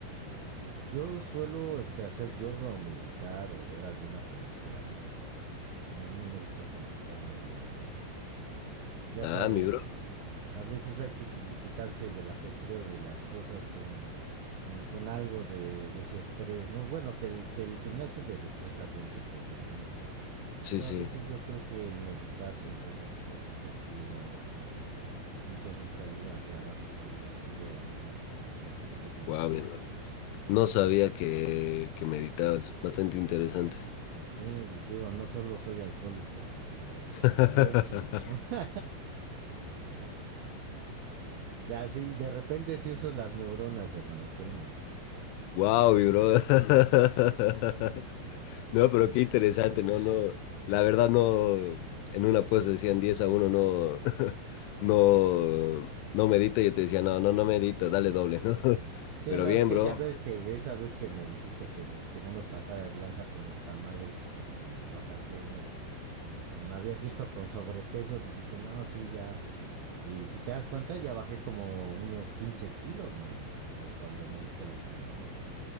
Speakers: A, on the right; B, on the left.
A: Yo suelo este, hacer yoga o meditar o ver alguna película, la verdad, hermano. No, no me gusta complicarme demasiado. Ya
B: Ah,
A: sabes,
B: mi bro.
A: mm, a veces hay que qui- quitarse del ajetreo de las cosas con, eh, con algo de desestrés, ¿no? Bueno, que el, que el gimnasio desestresa bien rico, obviamente.
B: Sí,
A: Pero
B: sí.
A: a veces yo creo que el meditar, si entra en retrospectiva, te, muchas veces te ayuda a aclarar las ideas, ¿no? ¿Tú qué opinas?
B: Wow, mi hermano. No sabía que, que meditabas. Bastante interesante.
A: Sí, digo, no solo soy alcohólico, o sea,
B: <laughs>
A: si pienso. <laughs> o sea, sí, de repente sí uso las neuronas, hermano, créeme.
B: Wow, mi bro. <laughs> No, pero qué interesante, no, no. La verdad no, en una apuesta decían 10 a uno. no, <laughs> no, no medita. Yo te decía, no, no, no medita, dale doble,
A: Sí.
B: ¿no? <laughs>
A: Sí,
B: Pero
A: no,
B: bien,
A: es que
B: bro.
A: ya ves que de esa vez que me dijiste que, que no me pasara de lanza con los tamales este, oaxaqueños, pues que me habías visto con sobrepeso, pues dije, no, sí, ya. Y si te das cuenta, ya bajé como unos 15 kilos, mano, de cuando me viste la última vez.